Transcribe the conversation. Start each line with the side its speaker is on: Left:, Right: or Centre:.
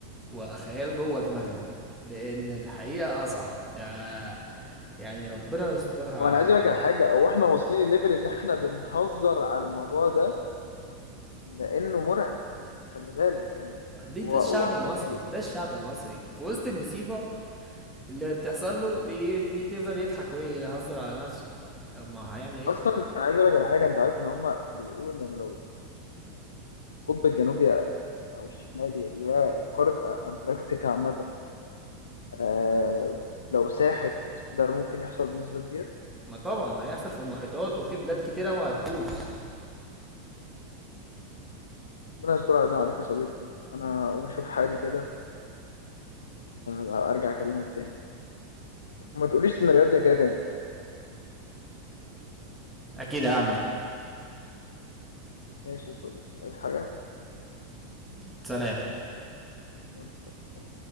Centre: وخيال جوه دماغنا لان الحقيقة اصعب ده يعني ربنا يسترها
Left: وأنا عايز أقولك
Centre: علينا
Left: على حاجة أو إحنا واصلين لليفل إن إحنا بنهزر على الموضوع ده لانه مرعب خلي بالك يعني
Centre: دي
Left: هو
Centre: ده الشعب
Left: هو اصلا
Centre: المصري
Left: كانوا بي...
Centre: ده الشعب المصري في وسط النسيبة اللي بتحصل له بي- بيفضل يضحك ويهزر على نفسه ما هيعمل ايه
Left: اصلا انا عايز اقول لك على حاجه انت عارف ان هم بيقولوا ان لو القطب الجنوبي او الشمالي اللي هي قاره انتاركتيكا عامه آه لو ساحت ده ممكن يحصل بنسبه كبيره
Centre: ما طبعا هيحصل في المحيطات وفي بلاد كتيرة وهتبوظ
Left: ربنا يستر علينا وعليك يا صديقي انا هقوم اشوف حالي كده وارجع اكلمك تاني وما تقوليش سيناريوهات زي كده تاني
Centre: اكيد هعمل
Left: ماشي يا صديقي عايز حاجه
Centre: سلام
Left: يلا سلام.